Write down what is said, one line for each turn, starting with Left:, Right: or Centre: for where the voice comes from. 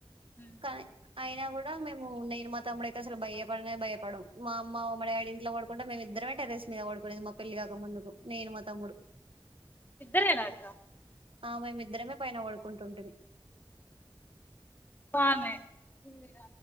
Left: ఉమ్.
Right: కాయ అయినా కూడా మేము నేను మా తమ్ముడ అతే అసలు భయపడనే భయపడ మా అమ్మ మామ్మ డాడీ ఇంట్లో పడుకుంటే మేము రామే టెరెస్ మీద పడుకునేది మా పెళ్లి కాక ముందుకు నేను మా తమ్ముడు
Left: ఇద్దరేనాత
Right: ఆ మేమిద్దరమే పైన వాడుకుంటుంటేం
Left: బానే మీ